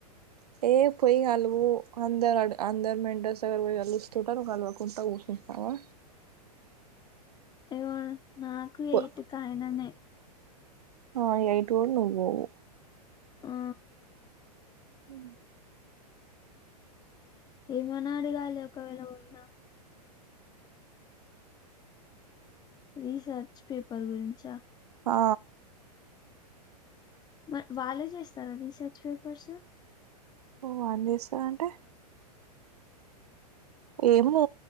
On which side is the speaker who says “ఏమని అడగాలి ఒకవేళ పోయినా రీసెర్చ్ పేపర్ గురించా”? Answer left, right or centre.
Left